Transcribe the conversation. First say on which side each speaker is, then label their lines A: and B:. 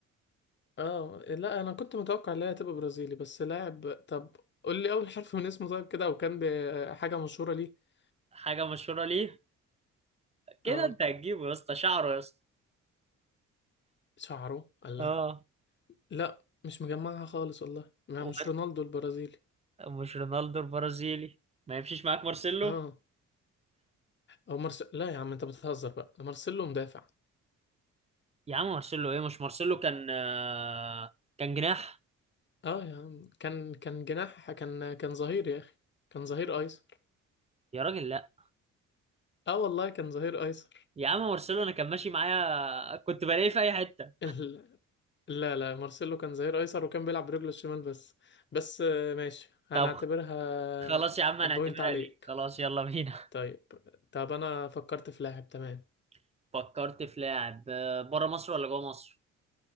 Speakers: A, on the left; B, on the right.
A: اه لا انا كنت متوقع ان هي هتبقى برازيلي بس لاعب طب قول لي اول حرف من اسمه طيب كده وكان بحاجه مشهوره ليه
B: حاجه مشهوره ليه كده
A: اه
B: انت هتجيبه يا اسطى شعره يا اسطى
A: شعره الله
B: اه
A: لا لا مش مجمعها خالص والله ما
B: وب-
A: مش رونالدو البرازيلي
B: مش رونالدو البرازيلي ما يمشيش معاك مارسيلو
A: اه او مرس... لا يا عم انت بتهزر بقى مارسيلو مدافع
B: يا عم مارسيلو ايه مش مارسيلو كان آه، كان جناح
A: اه يا عم كان كان جناح كان كان ظهير يا اخي كان ظهير ايسر
B: يا راجل لا
A: اه والله كان ظهير ايسر
B: يا عم مارسيلو انا كان ماشي معايا كنت بلاقيه في اي حته
A: <laughs> ال... لا لا مارسيلو كان ظهير ايسر وكان بيلعب برجله الشمال بس بس آه، ماشي هنعتبرها
B: طب خلاص يا عم هنعتبرها
A: بوينت عليك
B: ليه خلاص يلا بينا
A: طيب طب انا فكرت في لاعب تمام
B: <laughs> فكرت في لاعب بره مصر ولا جوه مصر